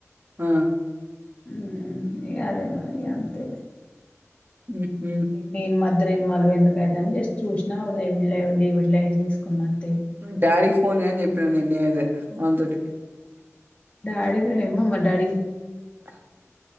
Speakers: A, on the right (about 40°); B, on the left (about 25°).
A: ఆ
B: మ్మ్ ఇగ అదే మారి అంతే
A: ఉహు
B: నీను మధ్యా లో ఇన్వాల్వ్ ఎందుకు ఓపెన్ చేసి చూసిన ఎవరు లే ఎళడ్ళల <unintelligible> తీసుకుమని
A: డాడీకి ఫోన్ చేయని చెప్పినాను నేను అదే వన్ తోటి
B: చనిపొయినాది మా మా డాడీ నే
A: ఔను